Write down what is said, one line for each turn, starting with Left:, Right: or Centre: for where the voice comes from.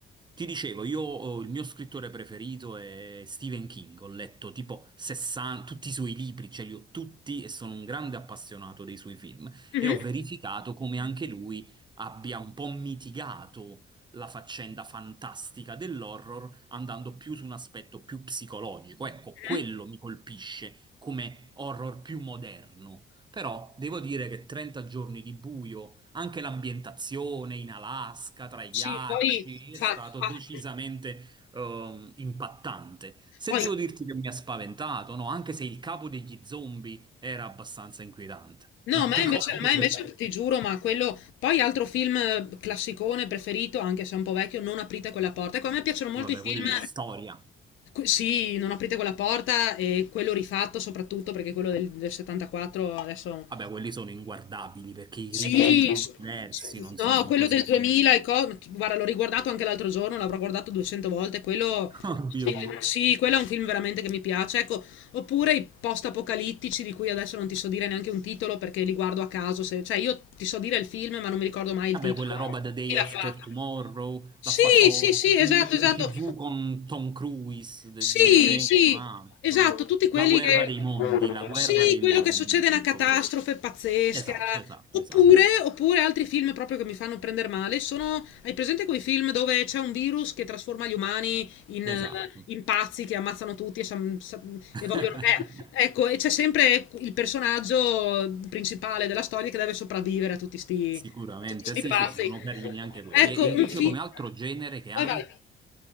Right: Ti dicevo, io oh, il mio scrittore preferito è Stephen King, ho letto tipo 60, tutti i suoi libri, ce li ho tutti e sono un grande appassionato dei suoi film
Left: Mhm,
Right: e ho verificato come anche lui abbia un po' mitigato la faccenda fantastica dell'horror andando più su un aspetto più psicologico. Ecco,
Left: mhm.
Right: quello mi colpisce come horror più moderno. Però devo dire che 30 giorni di buio anche l'ambientazione in Alaska, tra i
Left: Sì,
Right: ghiacci,
Left: poi... fa-
Right: è stato
Left: fa-
Right: decisamente ehm, impattante. Se
Left: Poi
Right: devo dirti che mi ha spaventato, no? Anche se il capo degli zombie era abbastanza inquietante. <laughs> Me
Left: No,
Right: lo
Left: ma
Right: ricordo
Left: invece, ma invece
Right: bene.
Left: ti giuro, ma quello. Poi altro film eh, classicone preferito, anche se è un po' vecchio, Non aprite quella porta. Ecco, a me piacciono molto
Right: E Vabbè,
Left: i film.
Right: quella è storia.
Left: que- Sì, Non aprite quella porta e quello rifatto soprattutto perché quello del, del 74 adesso
Right: Vabbè, quelli sono inguardabili perché i
Left: sì,
Right: ritmi sono
Left: s-
Right: diversi,
Left: s-
Right: non
Left: no,
Right: sono
Left: quello
Right: così
Left: del
Right: belli.
Left: 2000, e co- guarda, l'ho riguardato anche l'altro giorno, l'avrò guardato 200 volte, quello...
Right: <laughs> Oddio
Left: Sì,
Right: mio.
Left: sì, quello è un film veramente che mi piace. Ecco, oppure i post-apocalittici di cui adesso non ti so dire neanche un titolo perché li guardo a caso. se- Cioè, io ti so dire il film, ma non mi ricordo mai il
Right: Vabbè,
Left: titolo.
Right: quella roba The Day
Left: Chi l'ha
Right: After
Left: fatto?
Right: Tomorrow
Left: Sì,
Right: l'ha fatto
Left: sì, sì, esatto,
Right: in, in
Left: esatto.
Right: TV con Tom Cruise de-
Left: Sì,
Right: di recente,
Left: sì,
Right: un altro.
Left: esatto, tutti quelli
Right: La guerra
Left: che...
Right: dei mondi, la guerra
Left: Sì,
Right: dei
Left: quello
Right: mondi.
Left: che succede
Right: ecco
Left: è una catastrofe
Right: questo.
Left: pazzesca.
Right: Esatto, esatto,
Left: Oppure,
Right: esatto.
Left: oppure altri film proprio che mi fanno prendere male sono... Hai presente quei film dove c'è un virus che trasforma gli umani in, eh,
Right: Esatto.
Left: in pazzi che ammazzano tutti e, sam- sam-
Right: <laughs>
Left: e vogliono... eh, ecco, e c'è sempre il personaggio principale della storia che deve sopravvivere a tutti sti,
Right: Sicuramente,
Left: a tutti sti
Right: sì,
Left: pazzi.
Right: sì, sì, sono carini anche quelli.
Left: Ecco,
Right: E invece
Left: un film...
Right: come altro genere che ami?
Left: Vai, vai.